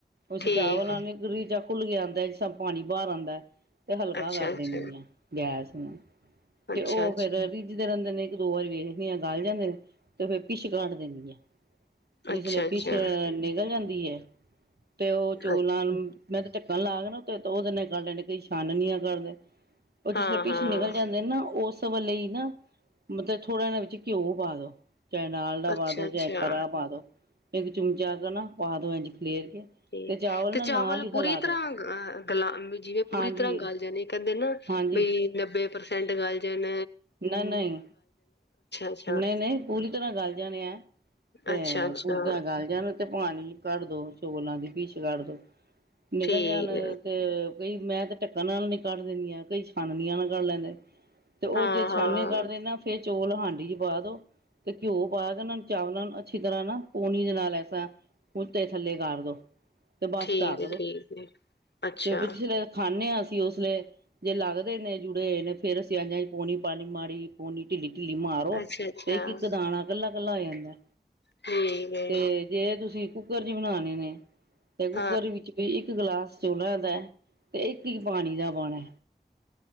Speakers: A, on the right (about 70°); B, on the left (about 80°).
A: ਉਸ
B: ਠੀਕ
A: ਚਾਵਲਾ ਗਰੀ ਚ ਖੁੱਲ ਕੇ ਆਦਾਂ ਜਿਸਾ ਪਾਣੀ ਬਾਹਰ ਆਦਾਂ ਹੈ। ਤੇ ਹਲਕਾ
B: ਅੱਛਾ
A: ਕਰ
B: ਅੱਛਾ
A: ਦਿੰਨੀ ਆ ਗੈਸ। <inaudible> ਤੇ,
B: ਅੱਛਾ
A: ਉਹ
B: ਅੱਛਾ
A: ਫਿਰ ਰਿੱਝਦੇ ਰਹਿੰਦੇ ਨੇ। ਇੱਕ ਦੋ ਵਾਰੀ ਵੇਖਦੀ ਆ ਗਲ ਜਾਂਦੇ ਨੇ, ਤੇ ਫਿਰ ਪਿੱਛੇ ਕਾਢ ਦਿੰਨੀ ਆ। ਜਿਸ
B: ਅੱਛਾ
A: ਲੇ
B: ਅੱਛਾ
A: ਪਿੱਛੇ ਨਿਕਲ ਜਾਂਦੀ। ਕੀ ਐ? ਤੇ ਉਹ ਚੌਲਾ
B: ਅੱਛ
A: ਨੂੰ ਮੈਂ ਤੇ ਢੱਕਣ ਲਾ ਦੇਣਾ ਉੱਤੇ। ਉਹਦੇ ਨਾਲ ਈ ਕੱਢ ਲੈਂਨੀ ਆ, ਕਈ ਛਾਨਣੀ ਨਾਲ ਕੱਢਦੇ। ਉਹ ਜਿਸ
B: ਹਾਂ
A: ਦੇ ਪੀਸ
B: ਹਾਂ
A: ਨਿਕਲ ਜਾਂਦੇ। ਉਸ ਵੇਲੇ ਈ ਨਾ ਮਤਲਬ ਥੋੜਾ, ਜਿਆ ਵਿੱਚ ਘਿਓ ਪਾ ਦਿਉ। ਚਾਏ ਡਾਲਡਾ
B: ਅੱਛਾ
A: ਪਾ ਦੋ,
B: ਅੱਛਾ
A: ਚਾਏ
B: ਅੱਛਾ
A: ਖਰਾ ਪਾ ਦੋ। ਇੱਕ ਚਮੁਚਾ ਕੁ ਨਾ ਪਾ ਦੋ ਇੰਝ ਖਲੇਰ ਕੇ।
B: ਤੇ ਤੇ
A: ਨਾ ਨਾਲ
B: ਚਾਵਲ
A: ਹੀ
B: ਪੂਰੀ
A: ਹਿਲਾ ਦੋ
B: ਤਰ੍ਹਾਂ ਅ ਗਲਾ ਜਿਵੇਂ, ਪੂਰੀ
A: ਹਾਂਜੀ
B: ਤਰ੍ਹਾਂ ਗਲ ਜਾਂਦੇ ਕਹਿੰਦੇ ਨਾ
A: ਹਾਂਜੀ
B: ਬਈ ਨੱਬੇ ਪਰਸੈਂਟ ਗਲ ਜਨ।
A: ਨਾ ਨਹੀਂ,
B: ਅੱਛਾ
A: ਨਹੀਂ ਨਹੀਂ, ਪੂਰੀ ਤਰ੍ਹਾਂ ਗਲ ਜਾਣੇ ਐ, ਤੇ
B: ਅੱਛਾ ਅੱਛਾ
A: ਪੂਰੀ ਤਰ੍ਹਾਂ ਗਲ ਜਾਣੇ ਤੇ ਪਾਣੀ ਕੱਢ ਦੋ। ਚੋਲਾਂ ਦੀ ਪਿੱਛ ਕੱਢ ਦੋ। ਨਿਕਲ
B: ਠੀਕ
A: ਜਾਣ
B: ਹੈ
A: ਤੇ ਕਈ ਮੈਂ ਤੇ ਢੱਕਣ ਨਾਲ ਨੀ ਕੱਢ ਦਿੰਦੀ ਆ, ਕਈ ਛਾਨਨੀਆਂ ਨਾਲ ਕੱਢ ਲੈਂਦੇ। ਤੇ ਉਹ
B: ਹਾਂ
A: ਜੇ ਛਾਨਣੀ
B: ਹਾਂ
A: ਕਢਦੇ ਨਾ ਫੇਰ ਚੋਲ ਹਾਂਡੀ ਚ ਪਾ ਦੋ, ਤੇ ਘਿਓ ਪਾ ਕੇ ਉਹਨਾਂ ਨੂੰ ਚਾਵਲਾਂ ਨੂੰ ਅੱਛੀ ਤਰ੍ਹਾਂ ਨਾ ਪੋਣੀ ਦੇ ਨਾਲ ਐਸ ਤਰ੍ਹਾਂ ਉਤੇ ਥੱਲੇ ਕਰ ਦੋ। ਤੇ ਬਸ
B: ਠੀਕ
A: ਢੱਕ
B: ਹੈ
A: ਦੋ
B: ਠੀਕ ਹੈ ਅੱਛਾ
A: ਤੇ ਵਿੱਚ ਖਾਂਦੇ ਹਾਂ ਅਸੀਂ ਉਸ ਵੇਲੇ ਜੇ ਲੱਗਦੇ ਨੇ ਜੁੜੇ ਹੋਏ ਨੇ, ਫੇਰ ਅਸੀਂ ਐਂਜ ਇੰਜ ਪੌਣੀ ਮਾੜੀ ਪੋਣੀ ਢਿੱਲੀ ਢਿੱਲੀ ਮਾਰੋ,
B: ਅੱਛਾ ਅੱਛਾ
A: ਤੇ ਇੱਕ ਇੱਕ ਦਾਣਾ ਕੱਲਾ ਕੱਲਾ ਹੋ ਜਾਂਦਾ।
B: ਠੀਕ ਹੈ
A: ਤੇ ਜੇ ਤੁਸੀਂ ਕੁੱਕਰ ਚ ਬਣਾਣੇ ਨੇ। ਤੇ ਕੁੱਕਰ
B: ਹਾਂ
A: ਵਿੱਚ ਵੀ ਇੱਕ ਗਲਾਸ ਚੋਲਾ ਦਾ ਤੇ ਇੱਕ ਹੀ ਪਾਣੀ ਦਾ ਪਾਉਣਾ।